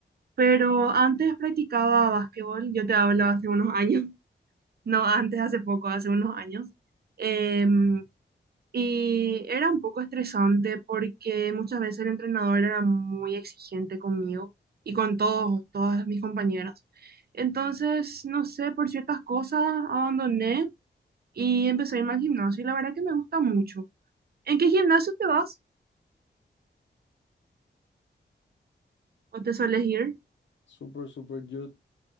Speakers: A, on the right (about 55°); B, on the left (about 85°).
A: Pero antes practicaba básquetbol, yo te hablo hace unos años, <laughs> no antes, hace poco, hace unos años. Em, y era un poco estresante porque muchas veces el entrenador era muy exigente conmigo y con todos, todas mis compañeras. Entonces, no sé, por ciertas cosas abandoné y empecé a irme al gimnasio y la verdad que me gusta mucho. ¿En qué gimnasio te vas o te sueles ir?
B: Súper, súper. Yo